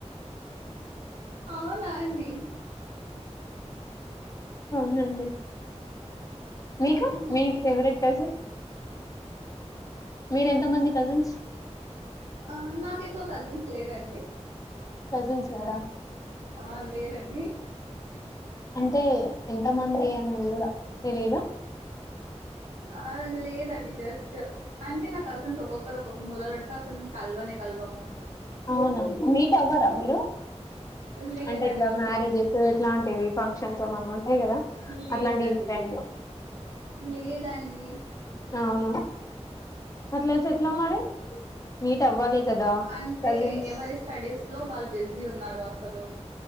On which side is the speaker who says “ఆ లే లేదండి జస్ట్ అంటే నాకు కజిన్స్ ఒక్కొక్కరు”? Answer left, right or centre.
Right